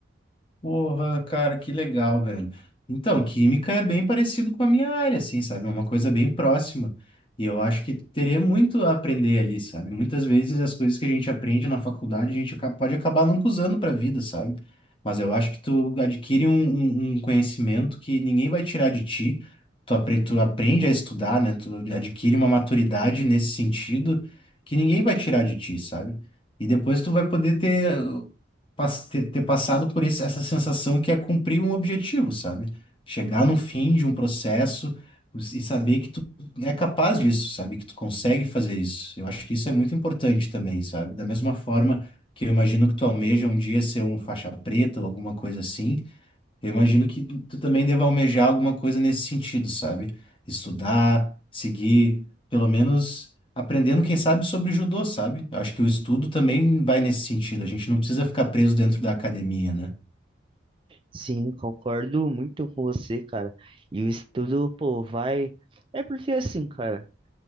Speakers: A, on the left (about 25°); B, on the right (about 25°).
A: Porra, cara, que legal, velho. Então, química é bem parecido com a minha área, assim, sabe? É uma coisa bem próxima. E eu acho que teria muito a aprender ali, sabe? Muitas vezes as coisas que a gente aprende na faculdade, a gente aca- pode acabar nunca usando pra vida, sabe? Mas eu acho que tu adquire um, um- um conhecimento que ninguém vai tirar de ti. Tu, apre- tu aprende a estudar, né? Tu adquire uma maturidade nesse sentido que ninguém vai tirar de ti, sabe? E depois tu vai poder ter pas- ter, ter passado por esse- essa sensação que é cumprir um objetivo, sabe? Chegar no fim de um processo e saber que tu é capaz disso, sabe? Que tu consegue fazer isso. Eu acho que isso é muito importante também, sabe? Da mesma forma que eu imagino que tu almeja um dia ser um faixa preta ou alguma coisa assim, eu imagino que tu também deva almejar alguma coisa nesse sentido, sabe? Estudar, seguir, pelo menos aprendendo, quem sabe, sobre judô, sabe? Eu acho que o estudo também vai nesse sentido. A gente não precisa ficar preso dentro da academia, né?
B: Sim, concordo muito com você, cara. E o estudo, pô, vai. É porque assim, cara.